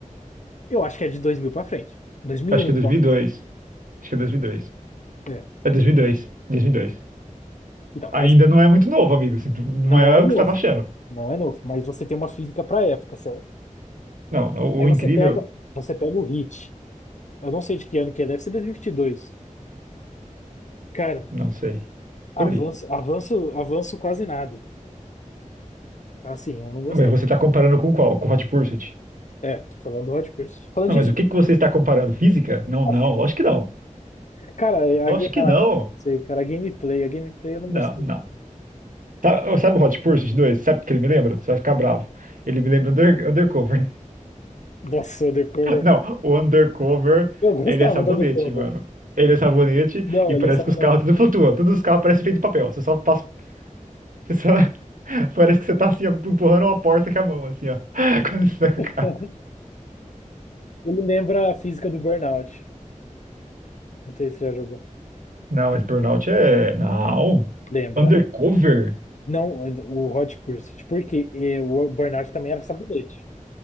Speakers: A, on the left; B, on the right.
A: Eu acho que é de 2000 pra frente. 2001,
B: Acho que
A: então.
B: é dois. mil e dois. Acho que é dois mil e Dois
A: É.
B: É dois mil e dois. dois mil e dois.
A: Então,
B: Ainda
A: aí você-
B: não é muito novo, amigo. assim, tu- Não
A: não
B: é
A: é novo.
B: o que você tava achando.
A: Não é novo, mas você tem uma física pra época, certo?
B: Não, o
A: Aí
B: o
A: você
B: incrível...
A: pega, você pega o Hit. Eu não sei de que ano que é, deve ser 2022. Cara,
B: Não sei.
A: Avanço,
B: Por aí.
A: avanço, avanço quase nada. Assim, eu não gostei.
B: Mas você tá comparando com qual? Com Hot Pursuit?
A: É, tô falando do Hot Pursuit. Falando
B: Não,
A: de
B: mas
A: fi-
B: o que que você está comparando? Física? Não,
A: a
B: não.
A: fi-
B: Lógico que não.
A: Cara,
B: Lógico
A: a, ga-
B: que
A: a,
B: não.
A: sei, cara, a gameplay, a gameplay eu não
B: Não,
A: gostei.
B: não. Sabe, sabe o Hot Pursuit dois Sabe o que ele me lembra? Você vai ficar bravo. Ele me lembra Under, Undercover.
A: Nossa, o The Cover.
B: <laughs> Não, o Undercover,
A: Eu gostava
B: ele é sabonete,
A: do The Cover.
B: mano. Ele é sabonete
A: Não,
B: e
A: ele
B: parece
A: é samonete.
B: que os carros tudo flutuam. Todos os carros parecem feitos de papel. Você só passa. Você só... <laughs> Parece que você tá assim, ó, empurrando uma porta com a mão, assim, ó. <laughs> Quando você tá com
A: <laughs>
B: o carro.
A: Ele lembra a física do Burnout. Não sei se você já jogou.
B: Não, mas Burnout é. Não.
A: Lembra.
B: Undercover?
A: Não, o Hot Pursuit. Porque o Burnout também era sabonete.